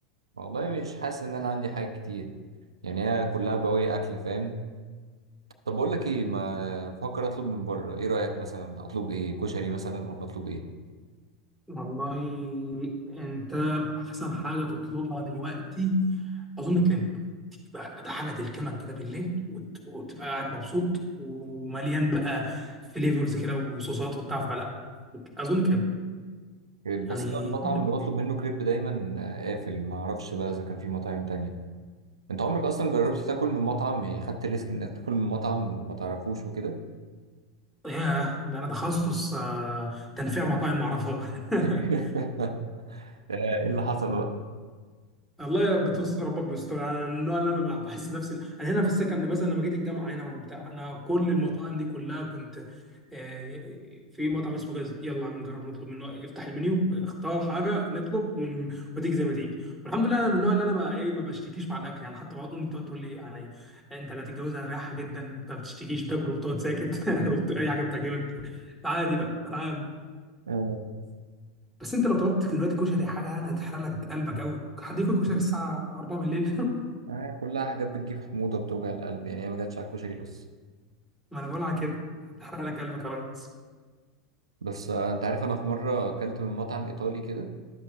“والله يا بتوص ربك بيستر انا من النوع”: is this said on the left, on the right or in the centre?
Centre